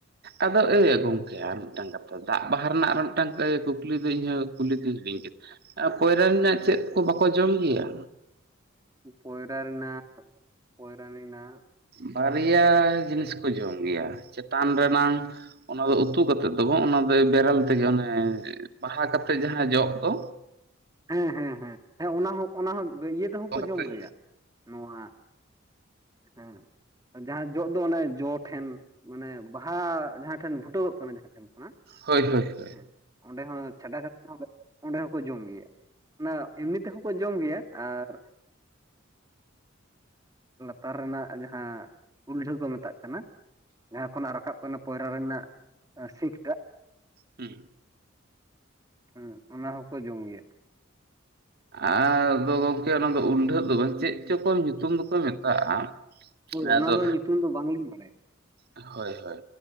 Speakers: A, on the right; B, on the right.
A: ᱟᱫᱚ ᱮ ᱜᱚᱝᱠᱮ ᱟᱨ ᱢᱤᱫᱴᱟᱝ ᱠᱟᱛᱷᱟ ᱫᱟᱜ ᱵᱟᱦᱟ ᱨᱮᱱᱟᱜ ᱟᱨ ᱢᱤᱫᱴᱟᱝ ᱠᱩᱠᱞᱤ ᱫᱚ ᱤᱧᱟᱹᱜ ᱠᱩᱞᱤ ᱫᱩᱧ ᱦᱤᱲᱤᱧ ᱠᱮᱫᱟ ᱾ ᱯᱚᱭᱨᱟᱱᱤ ᱨᱮᱱᱟᱜ ᱪᱮᱫ ᱠᱚ ᱵᱟᱠᱚ ᱡᱚᱢ ᱜᱮᱭᱟ?
B: ᱯᱚᱭᱨᱟᱱᱤ ᱨᱮᱱᱟᱜ ᱯᱚᱭᱨᱟᱱᱤ ᱱᱟ
A: ᱵᱟᱨᱭᱟ ᱡᱤᱱᱤᱥ ᱠᱩ ᱡᱚᱢ ᱜᱮᱭᱟ ᱪᱮᱛᱟᱱ ᱨᱮᱱᱟᱝ ᱚᱱᱟ ᱫᱚ ᱩᱛᱩ ᱠᱟᱛᱮᱜ ᱫᱚ ᱵᱟᱝ ᱚᱱᱟ ᱫᱚ ᱵᱮᱨᱮᱞ ᱛᱮᱜᱮ ᱚᱱᱮ ᱵᱟᱦᱟ ᱠᱟᱛᱮᱜ ᱡᱟᱦᱟ ᱡᱚᱜ ᱫᱚ
B: ᱦᱮᱸ ᱦᱮᱸ ᱦᱮᱸ ᱦᱮᱸ ᱚᱱᱟ ᱦᱚᱸ ᱚᱱᱟ ᱦᱚᱸ ᱤᱭᱟᱹ ᱛᱮᱦᱚᱸ
A: ᱚ
B: ᱠᱚ
A: ᱠᱟᱛᱮᱫ
B: ᱡᱚᱢ ᱜᱮᱭᱟ ᱱᱚᱣᱟ ᱦᱮᱸ ᱡᱟᱦᱟ ᱡᱚᱜ ᱫᱚ ᱚᱱᱮ ᱡᱚ ᱴᱷᱮᱱ ᱢᱟᱱᱮ ᱵᱟᱦᱟ ᱡᱟᱦᱟ ᱴᱷᱮᱱ ᱵᱷᱩᱴᱟᱜ ᱜᱚᱜ ᱠᱟᱱᱟ ᱡᱟᱦᱟᱸᱴᱷᱮᱱ ᱪᱟᱞᱩᱜ
A: ᱦᱳᱭ ᱦᱳᱭ ᱦᱳᱭ
B: ᱠᱟᱱᱟ ᱦᱮ ᱚᱸᱰᱮ ᱦᱚ ᱪᱷᱟᱰᱟ ᱠᱟᱛᱮ ᱦᱚᱠᱳ ᱡᱚᱢ ᱜᱮᱭᱟ᱾ ᱚᱱᱟ ᱮᱢᱱᱤ ᱛᱮᱦᱚ ᱠᱚ ᱡᱚᱢ ᱜᱮᱭᱟ ᱟᱨ ᱞᱟᱛᱟᱨ ᱨᱮᱱᱟᱜ ᱡᱟᱦᱟ ᱩᱞᱴᱦᱟᱹ ᱠᱚ ᱢᱮᱛᱟᱜ ᱠᱟᱱᱟ ᱡᱟᱦᱟ ᱠᱷᱚᱱᱟᱜ ᱨᱟᱠᱟᱵ ᱯᱚᱭᱨᱟᱱᱤ ᱨᱮᱱᱟᱜ ᱥᱤᱠᱴᱟᱜ
A: ᱦᱤ
B: ᱦᱩ ᱚᱱᱟ ᱦᱚᱠᱚ ᱡᱚᱢ ᱜᱮᱭᱟ᱾
A: ᱟᱫᱚ ᱜᱚᱢᱠᱮ ᱚᱱᱟ ᱫᱚ ᱩᱞᱰᱷᱟᱹᱜ ᱫᱚ ᱵᱟᱝ ᱪᱮᱫ ᱪᱚᱠ ᱧᱩᱛᱩᱢ ᱫᱚᱠᱚ ᱢᱮᱛᱟᱜᱼᱟ᱾
B: ᱦᱳᱭ
A: ᱦᱮ
B: ᱚᱱᱟ
A: ᱟᱫᱚ
B: ᱫᱚ ᱧᱩᱛᱩᱢ ᱫᱚ ᱵᱟᱝᱞᱤᱧ ᱵᱟᱲᱟᱭᱟ
A: ᱟᱜ ᱦᱳᱭ ᱦᱳᱭ